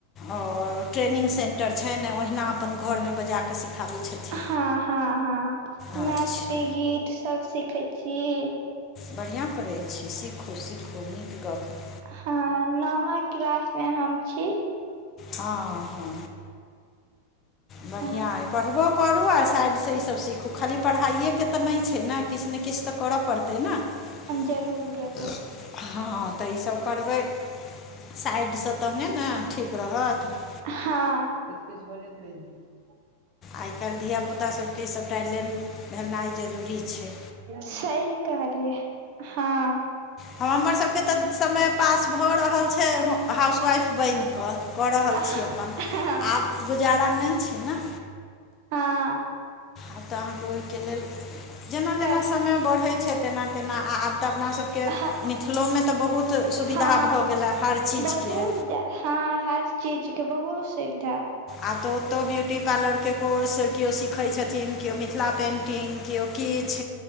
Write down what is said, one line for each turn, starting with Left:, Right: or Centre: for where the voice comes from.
Left: और ट्रेनिंग सेन्टर छै न ओहिना अपन घरमे बजाकऽ सिखाबैत छथिन।
Right: हँ -हँ -हँ
Left: अच्छा
Right: मैथिली गीत सब सिखैय छी ए।
Left: बढ़िआ करैय छी सीखू -सीखू नीक गप्प।
Right: हाॅं नमा क्लास में हम छी।
Left: हँ हँ। बढ़िआ
Right: हँ
Left: अइ पढ़बो करू आ साइडसऽ ईसभ सीखू खाली पढ़ाइएके तऽ नहि छैय ने किछ ने किछ तऽ। करऽ पड़तैय ना। <unintelligible>
Right: जरूर जरूर
Left: हॅं हॅं ईसभ करबैय साइड सऽ। तबे न ठीक रहत तऽ।
Right: हाॅं।
Left: आइ काल्हि धियापुतासभके सभटा लेन भेनाइ जरूरी छैय।
Right: सही कहलियै हाॅं।
Left: हमरसभके तऽ समय पास भऽ रहल छै, हाउसवाइफ बैन कऽ। कऽ रहल
Right: हँ
Left: छी अपन आब गुजारा नहि छैय न।
Right: हाॅं।
Left: आब तऽ अहाँके ओहिके लेल जेना जेना
Right: पर
Left: समय बढ़ै छै तेना तेना आब ‌ तऽ अपना सबके
Right: ह
Left: मिथिलो में तऽ बहुत सुविधा
Right: हँ
Left: भऽ गेला हर चीज
Right: बहुत
Left: के।
Right: हँ हर चीज के बहुत सुविधा।
Left: आब तऽ ओतो ब्यूटी पार्लरके कोर्स केओ सीखै छथिन, किओ मिथिला पेन्टिंग केओ किछ।